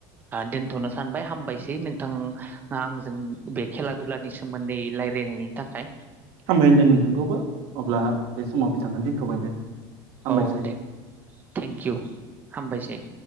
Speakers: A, on the right; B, on the right.
A: दोनथ'नो सानबाय हामबायसै नोंथां आंजों बे खेला दुलानि सोमोन्दै रायजल्लायनायनि थाखाय
B: हामबाय होनदों नोंथांखौबो अब्ला बे समाव बेसांखौनो दोनथ'बाय दे हामबायसै
A: औ दे थेंकिउ हामबायसै